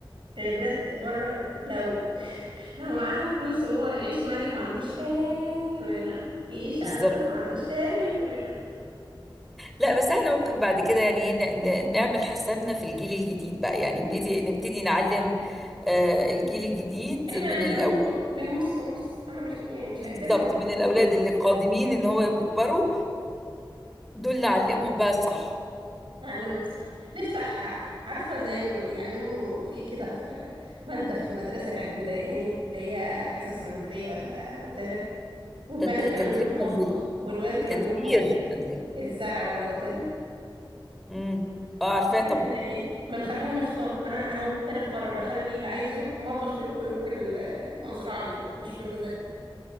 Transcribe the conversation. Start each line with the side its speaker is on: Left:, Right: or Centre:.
Right: يعني بلاد بره لو <laughs> لو معاها فلوس وهو يعيش ملك ما عندوش أي مانع يعيش
Centre: بالظبط
Right: على فلوس ما عندوش أي مانع
Centre: لا بس احنا ممكن بعد كده يعني ايه، ن- ن- نعمل حسابنا في الجيل الجديد بقى يعني نبتدي نبتدي نعلم آه، الجيل الجديد
Right: احنا
Centre: من
Right: عايزينهم
Centre: الاولاد
Right: يبقوا بين نص ونص انا مش يعني مش
Centre: بالظبط
Right: عايزينهم
Centre: من الاولاد
Right: يقعدوا في البيت
Centre: اللي قادمين ان هو يبقوا كبروا دول نعلمهم بقى صح
Right: نعلمهم صح نفتح عارفة زي ما بيعلموا في كده في مادة في المدرسة كانت مضايقاني اللي هي حصص منزلية ولا whatever والبنات
Centre: تت-
Right: كانوا
Centre: تدريب
Right: يروحوا المطبخ
Centre: منزلي
Right: والولاد كانوا
Centre: تدبير
Right: يروحوا
Centre: منزلي
Right: الزرع ولا whatever
Centre: امم اه عارفاه
Right: دي كانت
Centre: طبعا
Right: مضايقاني ما نخليهم يختاروا انا اهو تالت قرار اخلي اللي عايز يروح المطبخ يروح ويروح المزرعة يروح مش بمزاجهم